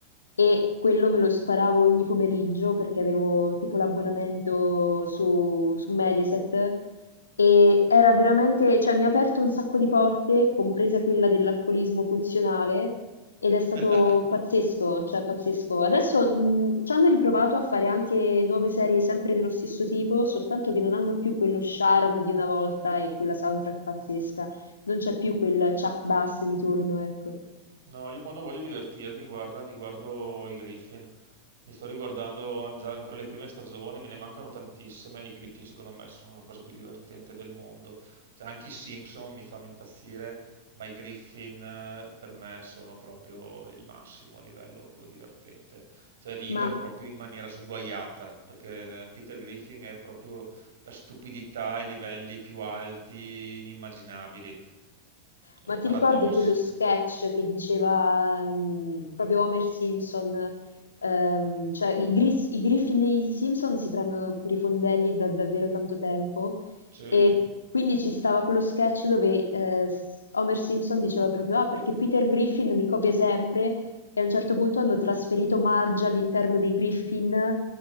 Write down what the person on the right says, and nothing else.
<laughs>
No, io quando voglio divertirmi, guarda, mi guardo i Griffin. Mi sto riguardando già ancora le prime stagioni, me ne mancano tantissime. I Griffin, secondo me, sono la cosa più divertente del mondo. Cioè, anche i Simpson mi fanno impazzire, ma i Griffin eh, per me sono proprio il massimo a livello proprio divertente. Cioè, rido
proprio in maniera sguaiata, perché Peter Griffin è proprio la stupidità ai livelli più alti, inimmaginabili.
I
paradossi,
cioè.
Sì.